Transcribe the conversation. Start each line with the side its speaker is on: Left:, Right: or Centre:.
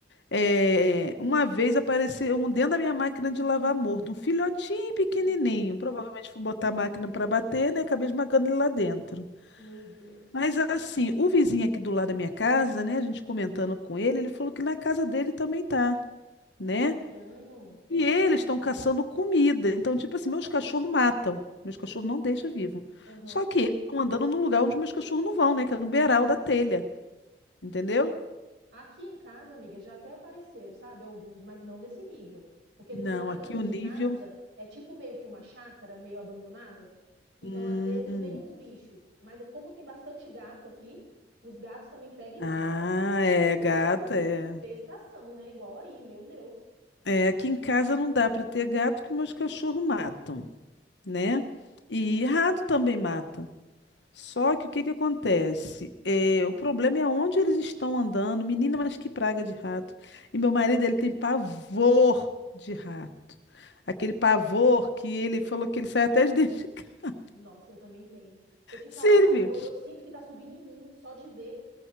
Left: É, uma vez apareceu um dentro da minha máquina de lavar morto, um filhotinho pequenininho.
Right: Hum.
Left: Provavelmente fui botar a máquina para bater, né? Acabei esmagando ele lá dentro.
Right: Meu Deus,
Left: Mas assim, o vizinho aqui do lado da minha casa, né, a gente comentando com ele, ele falou que na casa dele também tá, né?
Right: que estranho.
Left: E eles estão caçando comida. Então, tipo assim, meus cachorros matam. Meus cachorros não deixam vivo.
Right: Aham.
Left: Só que eles estão andando num lugar onde meus cachorros não vão, né? Que é no beiral da telha. Entendeu?
Right: Aqui em casa, amiga, já até apareceu, sabe? Alguns, mas não nesse nível. Porque
Left: Não,
Right: do lado
Left: aqui
Right: aqui
Left: o
Right: de
Left: nível.
Right: casa é tipo meio que uma chácara, meio abandonada. Então,
Left: Hum.
Right: às vezes, vem uns bichos. Mas é como tem bastante gato aqui, os gatos também pegam e
Left: Ah,
Right: matam. Mas
Left: é,
Right: não veio
Left: gato,
Right: assim
Left: é.
Right: infestação, né? Igual aí, meu Deus.
Left: É, aqui em casa não dá para ter gato que meus cachorros matam, né? E rato também mata. Só que o que que acontece? É, o problema é onde eles estão andando. Menina, mas que praga de rato. E meu marido, ele tem pavor de rato. Aquele pavor que ele falou que ele sai até de dentro de casa.
Right: Nossa, eu também tenho. Se eu te falar,
Left: <laughs> Silvio,
Right: eu, eu sinto que tá subindo em mim, só de ver.